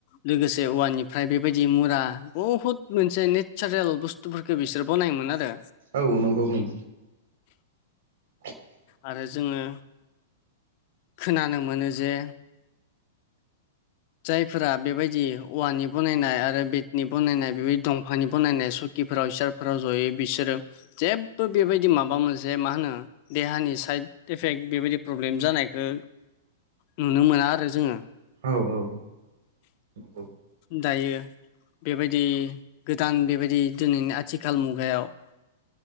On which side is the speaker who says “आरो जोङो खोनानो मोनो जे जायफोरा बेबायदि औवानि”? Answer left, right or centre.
Left